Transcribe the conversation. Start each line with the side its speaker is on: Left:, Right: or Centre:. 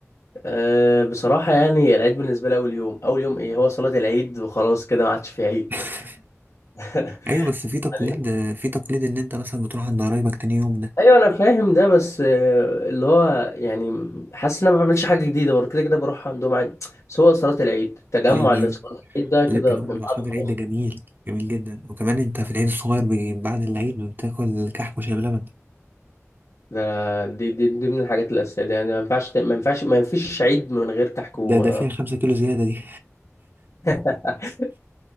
Left: أه بصراحة يعني العيد بالنسبة لي أول يوم أول يوم إيه هو صلاة العيد وخلاص كده ما عادش في عيد
Right: <laughs>
Left: <laughs>
Right: أيوه بس في تقليد
Left: يعني
Right: في تقليد إن أنت مثلا بتروح عند قرايبك تاني يوم ده
Left: ايوه انا فاهم ده بس آه، اللي هو يعني حاسس ان انا ما بعملش حاجه جديده برضه كده كده بروح عندهم عادي بس هو صلاه العيد التجمع
Right: أيوه
Left: اللي
Right: أيوه
Left: في صلاه العيد ده كده
Right: اللي التجمع
Left: بميعاد
Right: مع أصحاب
Left: خاص
Right: العيد ده جميل جميل جدا وكمان أنت في العيد الصغير بي- بعد العيد بتاكل كحك وشاي بلبن
Left: ده دي, دي دي من الحاجات الاساسيه دي يعني ما ينفعش ما ينفعش ما فيش عيد من غير كحك و...
Right: ده ده فيها خمسة كيلو زيادة دي
Left: <laughs>